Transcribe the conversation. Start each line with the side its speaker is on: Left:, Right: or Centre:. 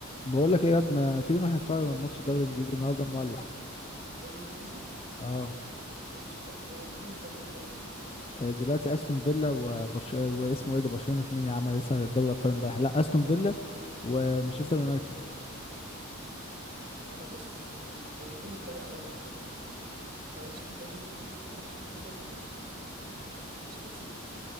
Left: بقول لك ايه يا واد، ما تيجي نروح نتفرج على ماتش الدوري الانجليزي
Right: إيه يا باشا
Left: النهارده مولع
Right: دوري انجليزي
Left: اه
Right: ماليش فيه هو مين طب اللي بيلعب
Left: آه، دلوقتي استون فيلا وبرش... واسمه ايه ده برشلونة مين يا عم لسه دوري ابطال امبارح لا استون فيلا ومانشستر يونايتد
Right: انا بص عشان أبقى من غير ما تتريق عليا يعني انا <laughs> في دوري انجليزي ما اعرفش غير ليفربول ومانشستر سيتي